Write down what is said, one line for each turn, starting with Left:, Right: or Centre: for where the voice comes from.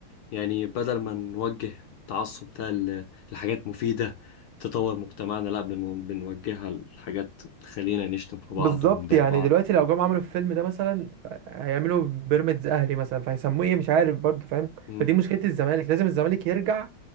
Left: يعني بدل ما نوجه التعصب ده ل- لحاجات مفيدة تطور مجتمعنا لا بن- بنوجهها لحاجات تخلينا نشتم في
Right: بالظبط
Left: بعض ونضايق
Right: يعني
Left: بعض
Right: دلوقتي لو جم عملوا الفيلم ده مثلا هيعملوا بيراميدز اهلي مثلا فهيسموه ايه مش عارف برضه فاهم
Left: مم.
Right: فدي مشكله الزمالك لازم الزمالك يرجع